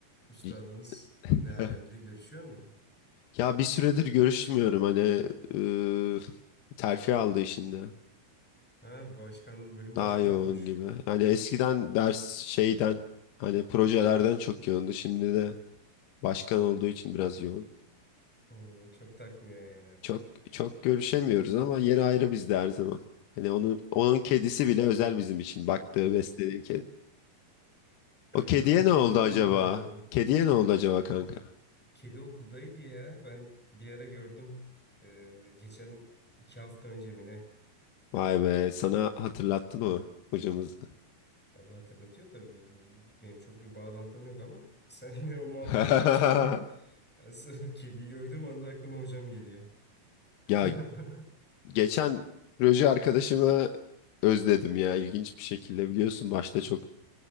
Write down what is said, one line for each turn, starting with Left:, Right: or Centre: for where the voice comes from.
Centre: üstadımız
Left: Y- <laughs>
Centre: ne alemde görüşüyor mu?
Left: Ya bir süredir görüşmüyorum hani ıı, terfi aldı işinde
Centre: Ha, başkan, bölüm
Left: Daha
Centre: başkanı
Left: yoğun
Centre: olmuş.
Left: gibi. Hani eskiden ders şeyden hani projelerden çok yoğundu. Şimdi de başkan olduğu için biraz yoğun.
Centre: Hmm, çok takmıyor yani artık.
Left: Çok çok görüşemiyoruz ama yeri ayrı bizde her zaman. Hani onun onun kedisi bile özel bizim için. Baktığı beslediği
Centre: <laughs>
Left: O kediye
Centre: Komutanım
Left: ne oldu acaba?
Centre: diyordun.
Left: Kediye ne oldu acaba kanka?
Centre: Kedi okuldaydı ya. Ben bir ara gördüm. Ee, geçen iki hafta önce mi ne?
Left: Vay be sana hatırlattı mı hocamızı?
Centre: Abi hatırlatıyor tabii. Benim çok bir bağlantım yok ama <laughs> senle o muhabbetten
Left: <laughs>
Centre: sonra asıl <laughs> kediyi gördüğüm anda aklıma hocam geliyor. <laughs>
Left: Ya geçen proje arkadaşımı özledim ya ilginç bir şekilde biliyorsun başta çok